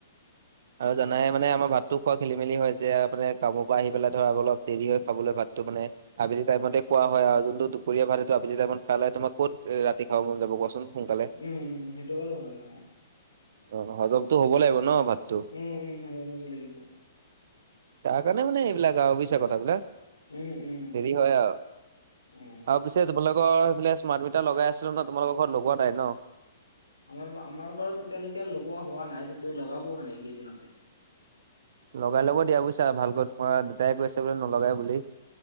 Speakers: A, on the right; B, on the left.
A: আৰু জানাই মানে আমাৰ ভাতটো খোৱা খেলি মেলি হয় যে আ, মানে কামৰপৰা আহি পেলাই ধৰ অলপ দেৰি হৈ খাবলৈ ভাতটো মানে। আবেলি টাইমতে খোৱা হয় আৰু যোনটো দুপৰীয়া ভাতটো আবেলি টাইমত খাই তোমাক ক'ত ৰাতি খাব মন যাব কোৱাচোন। সোনকালে।
B: উম, উম, সেইটো বাৰু হয় অ'।
A: অ' হজমতো হ'ব লাগিব ন' ভাত
B: উম, উম, হাল হ'ব লাগিব।
A: তাৰ কাৰণে মানে এইবিলাক, বুইচা কথাবিলাক।
B: উম, উম।
A: দেৰি হয় আৰু।
B: উম
A: আৰু পিছে তোমোকৰ সেইফালে স্মাৰ্ট মিটাৰ লগাই আছিলো ন', তোমালোকৰ ঘৰত লগোৱা নাই ন'?
B: আমাৰ, আমাৰ ঘৰত এতিয়ালৈকে লগোৱা হোৱা নাই কিন্তু লগাব মানে এই কেইদিনতে।
A: লগাই ল'ব দিয়া বুইছা ভালকৈ, তোমাৰ দেউতাই কৈ আছে বোলে নলগাই বুলি?